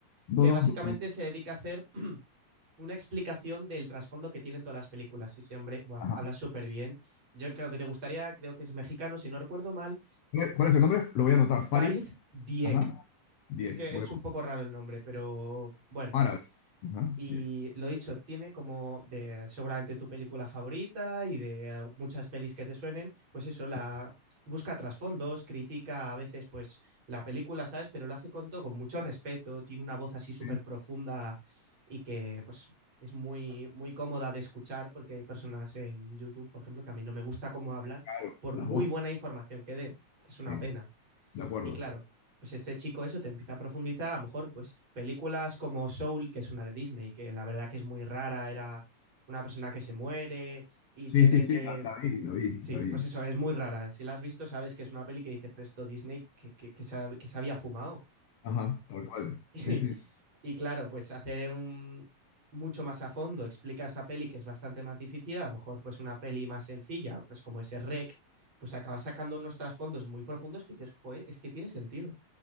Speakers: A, on the left; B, on the right.
A: No,
B: que
A: no,
B: básicamente
A: no. no.
B: se dedica a hacer <clears throat> una explicación del trasfondo que tienen todas las películas. Y ese hombre, buah,
A: Ajá.
B: habla súper bien. Yo creo que te gustaría, creo que es mexicano, si no recuerdo mal,
A: ¿Cuál cuál es el nombre? Lo voy a anotar.
B: Farid
A: Farid.
B: Diek.
A: Ajá. Diez.
B: Es que
A: Huevo.
B: es un poco raro el nombre, pero bueno.
A: Árabe. Ajá.
B: Y
A: Diez.
B: lo dicho, tiene como de seguramente tu película favorita y de al- muchas pelis que te suenen, pues eso, la
A: Sí.
B: busca trasfondos, critica a veces pues la película, ¿sabes? Pero lo hace con todo, con mucho respeto, tiene una voz así súper
A: Sí,
B: profunda y que pues es muy, muy cómoda de escuchar porque hay personas en YouTube, por ejemplo, que a mí no me gusta cómo hablan
A: Claro.
B: por
A: Las
B: muy
A: voces.
B: buena información que den, que es una
A: Sí.
B: pena.
A: De acuerdo.
B: Y claro, pues este chico eso te empieza a profundizar, a lo mejor pues películas como Soul, que es una de Disney, que la verdad que es muy rara, era una persona que se muere y
A: Sí,
B: tiene
A: sí, sí.
B: que...
A: La, la vi, la vi,
B: Sí,
A: la vi.
B: pues eso, es muy rara. Si la has visto, sabes que es una peli que dice Presto Disney que, que, que, se, que se, había fumado. <laughs>
A: Ajá. Tal cual.
B: Y,
A: Sí, sí.
B: y claro, pues hace un, mucho más a fondo, explica esa peli que es bastante más difícil, a lo mejor pues una peli más sencilla, pues como ese rec, pues acaba sacando unos trasfondos muy profundos que dices, joder, es que tiene sentido.